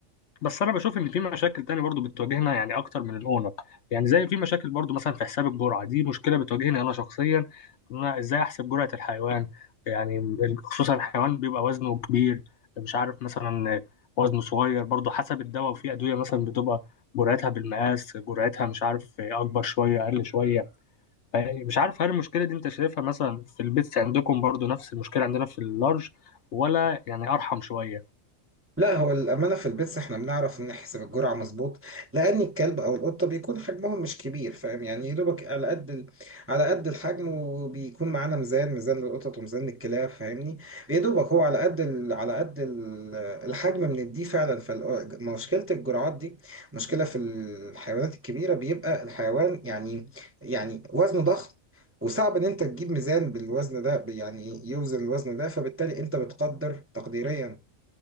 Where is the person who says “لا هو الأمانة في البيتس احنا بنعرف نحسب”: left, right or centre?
Right